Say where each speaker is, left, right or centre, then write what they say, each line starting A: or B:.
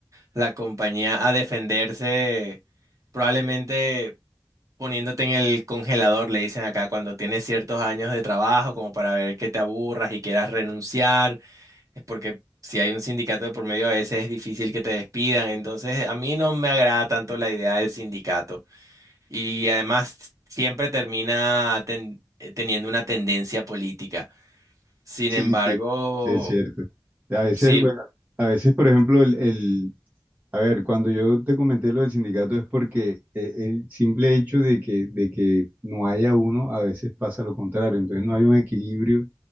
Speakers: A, on the right (about 45°); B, on the right (about 20°).
A: la compañía a defenderse probablemente poniéndote en el congelador, le dicen acá, cuando tienes ciertos años de trabajo, como para ver que te aburras y quieras renunciar, es porque si hay un sindicato de por medio a veces es difícil que te despidan, entonces a mí no me agrada tanto la idea del sindicato y además siempre termina ten- eh, teniendo una tendencia política. Sin
B: Sí,
A: embargo,
B: sí, sí, es cierto. A veces,
A: sí,
B: bueno, a veces, por ejemplo, el, el- a ver, cuando yo te comenté lo del sindicato es porque eh, el simple hecho de que, de que no haya uno, a veces pasa lo contrario. Entonces no hay un equilibrio